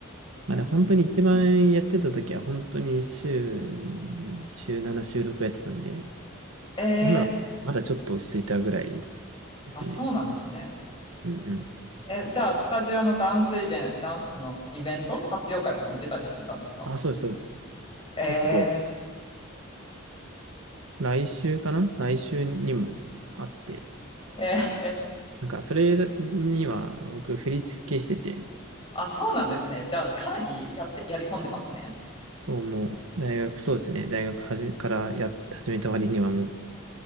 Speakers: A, on the right; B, on the left.
A: まあね、
B: ー、いや、
A: 本当に一番やってた時は本当に週、週7、週6やってたんで、
B: えー、
A: 今、まだちょっと落ち着いたぐらいですね。
B: あ、そうなんですね。
A: うんうん。
B: え、じゃあ、スタジオのダンスイベント、ダンスのイベント発表会とかも出たりしてたんですか
A: あ、そうです、そうです。
B: え
A: 結構、来週かな来週にもあって、
B: ー、えー、
A: なんか、それには僕、振り付けしてて、
B: あ、そうなんですね。じゃあ、かなりやって、やり込んでますね。
A: そう、もう、大学、そうですね、大学はじめからやっ、始めた割にはもう、